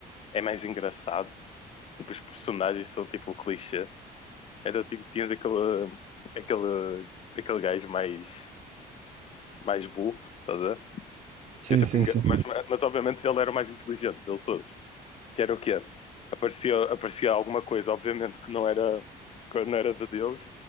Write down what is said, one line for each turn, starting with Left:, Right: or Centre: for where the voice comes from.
Left: é mais engraçado. Tipo, os personagens são tipo clichê. Era tipo, tinhas aquele, aquele, aquele gajo mais, mais burro, estás a ver?
Right: Sim,
Left: Que é sempre
Right: sim,
Left: enga-
Right: sim.
Left: mas, mas obviamente ele era o mais inteligente dele todos. Que era o quê? Aparecia, aparecia alguma coisa, obviamente, que não era, que não era de Deus.